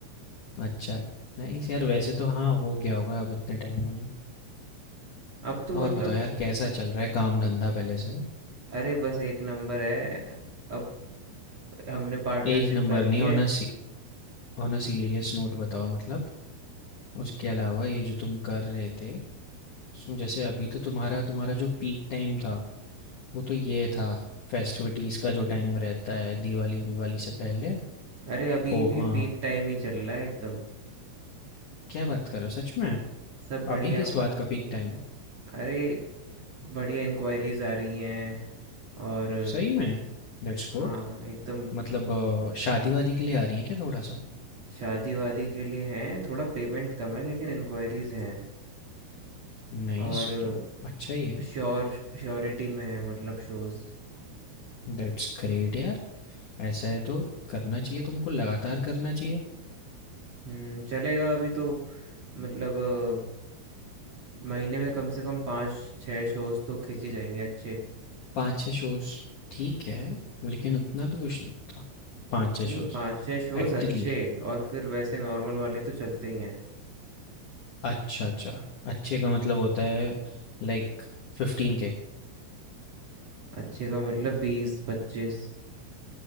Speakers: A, on the left; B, on the right.
A: अच्छा है नाइस यार वैसे तो हाँ हो गया होगा अब इतने टाइम में ना।
B: अब तो मतलब
A: और बताओ यार कैसा चल रहा है काम धंधा पहले से
B: अरे बस एक नंबर है, अब हमने पार्टनरशिप
A: एक नंबर
B: कर
A: नहीं
B: ली है।
A: होना ऑन अ सीरियस नोट बताओ मतलब उसके अलावा ये जो तुम कर रहे थे उसमें जैसे अभी तो तुम्हारा तुम्हारा जो पीक टाइम था वो तो ये था फेस्टिविटीज का जो टाइम रहता है दिवाली विवाली से पहले
B: अरे अभी
A: हो
B: भी
A: अ,
B: पीक टाइम ही चल रहा है एकदम।
A: क्या बात कर रहे हो सच में
B: सब बढ़िया
A: अभी किस
B: म,
A: बात का पीक टाइम है
B: अरे बढ़िया इंक्वायरीज आ रही हैं और
A: सही में Let's good
B: हाँ एकदम
A: मतलब अ, शादी वादी के लिए आ रही है क्या थोड़ा सा
B: शादी वादी के लिए हैं थोड़ा पेमेंट कम है लेकिन इंक्वायरीज हैं
A: नाइस
B: और
A: तो अच्छा ही है
B: श्योर श्योरिटी में है मतलब शोज़
A: दैट्स ग्रेट यार ऐसा है तो करना चाहिए तुमको लगातार करना चाहिए
B: हम्म चलेगा अभी तो मतलब अ, महीने में कम से कम पाँच छः शोज़ तो खींची जाएंगे अच्छे
A: पाँच छः शोज़ ठीक है, लेकिन उतना भी कुछ नहीं था। 5-6
B: नहीं
A: शोज़
B: पाँच छः शोज़
A: एक्टिवली
B: अच्छे और फिर वैसे नॉर्मल वाले तो चलते ही हैं
A: अच्छा, अच्छा। अच्छे का मतलब होता है लाइक 15 के।
B: अच्छे का मतलब बीस पच्चीस